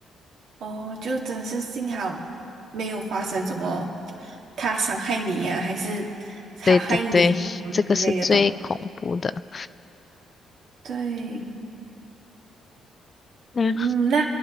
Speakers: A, on the right; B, on the left.
A: 哦，就真是幸好没有发生什么他伤害你呀、还是他害你什么之类的东
B: 对对对，这个是最恐怖的。
A: 对，
B: 嗯，
A: 嗯，那